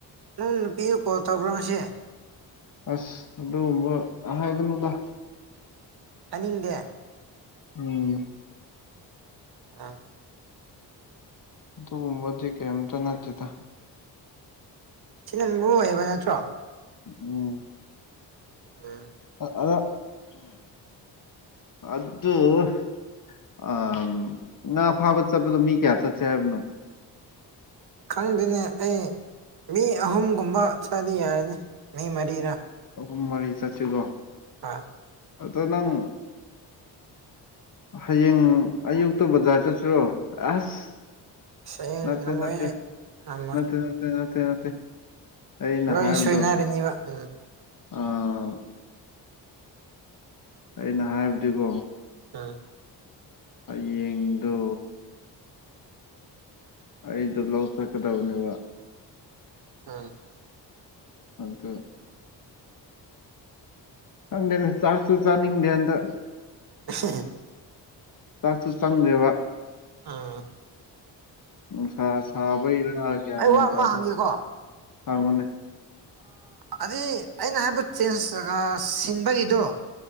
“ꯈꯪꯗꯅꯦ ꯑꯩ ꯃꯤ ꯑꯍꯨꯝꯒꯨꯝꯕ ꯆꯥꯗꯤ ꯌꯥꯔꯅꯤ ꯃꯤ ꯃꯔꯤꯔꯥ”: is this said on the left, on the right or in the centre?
Right